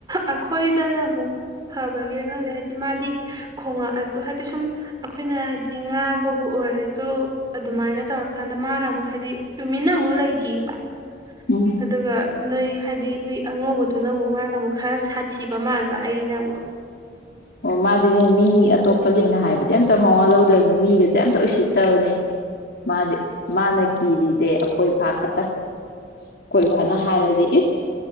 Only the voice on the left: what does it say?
ꯎꯝ
ꯑꯣ ꯃꯥꯗꯤꯅꯦ ꯃꯤ ꯑꯇꯣꯞꯄꯁꯤꯡꯅ ꯍꯥꯏꯕꯗꯤ ꯑꯝꯇ ꯃꯋꯥ ꯂꯧꯗꯕꯅꯤ ꯃꯤꯒꯁꯦ ꯑꯝꯇ ꯎꯁꯤꯠꯇꯕꯅꯦ ꯃꯥꯗꯤ ꯃꯥꯅ ꯀꯤꯔꯤꯁꯦ ꯑꯩꯈꯣꯏ ꯏꯕ ꯈꯛꯇꯪ ꯀꯣꯏꯕꯅ ꯍꯥꯏꯔꯗꯤ ꯏꯁ